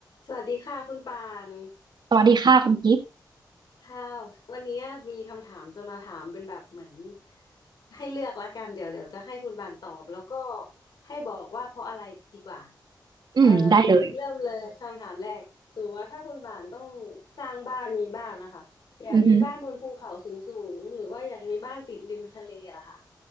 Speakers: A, on the left; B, on the right.
A: สวัสดีค่ะคุณปาน
B: สวัสดีค่ะคุณกิฟต์
A: ค่ะวันนี้มีคำถามจะมาถามเป็นแบบเหมือนให้เลือกละกันเดี๋ยวเดี๋ยวจะให้คุณปานตอบแล้วก็ให้บอกว่าเพราะอะไรดีกว่า
B: อืมได้เลย
A: เอ่อเริ่มเลยคำถามแรกสมมติว่าถ้าคุณปานต้องสร้างบ้านมีบ้านนะคะอยากมีบ้านบนภูเขาสูงสูงหรือว่าอยากมีบ้านติดริมทะเลล่ะค่ะ
B: อือหือ